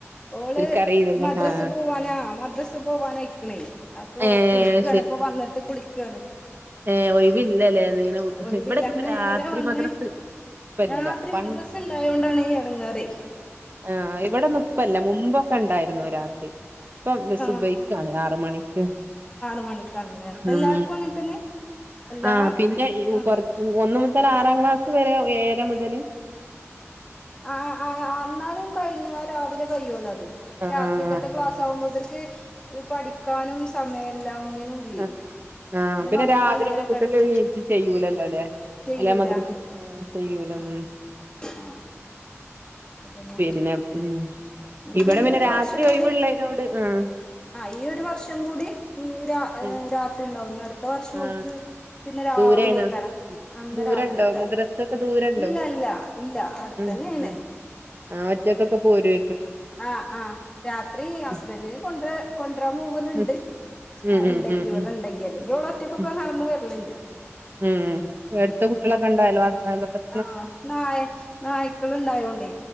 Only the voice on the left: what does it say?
ഓള്
മദ്രസ്
പോവാനാ മദ്രസ് സ് പോവാനയിക്ക്‌ണേ അപ്പൊ
കുളിക്കാണ് ഇപ്പ വന്ന്ട്ട് കുളിക്കാണ്
ഒഴിവില്ല
നേരെ
വന്ന്
രാത്രി
മദ്രസ് ണ്ടായോണ്ടാണെ ഈ എടങ്ങേറെ
ആ
ആറ് മണിക്കാണല്ലേ എല്ലാർക്കും
അങ്ങനെ തന്നെ എല്ലാ
ആ
ആ ആ അന്നാലും കഴിഞ്ഞോലൊ രാവിലെ കയ്യോലൊ അത്
രാത്രിക്കത്തെ
ക്ലാസ് <unintelligible> പഠിക്കാനും സമയല്ല ഒന്നിനും ഇല്ലേ
വന്നാ
നേരെ
കിടക്ക
ചെയ്യൂല
ആ
ആ ആ
ആ അതന്നെ
ഇനിയിപ്പോ
ഈ
ഒരു
വർഷം കൂടി
ആ ഈ ഒരു വർഷം കൂടി ഈ
രാത്രി ണ്ടാവും അടുത്ത വർഷോൽക്ക്‌
പിന്നെ രാവിലെക്കാരം
നന്ന
രാവിലേക്കാരം
ഇല്ല ല്ല ഇല്ല അട്ത്തെന്നെണ്
<inaudible>
ആ ആ രാത്രി ഹസ്ബന്റിന്
കൊണ്ട്രാ കൊണ്ട്രാൻ പോവല്ണ്ട്
ആ
ണ്ടെങ്കി
ഇവടെണ്ടെങ്കില്
ല്ലെങ്കി ഓളൊറ്റക്കെന്നെ
നടന്ന് വെരല്ണ്ട്
ആ നായ് നായ്ക്കള് ണ്ടായോണ്ടേ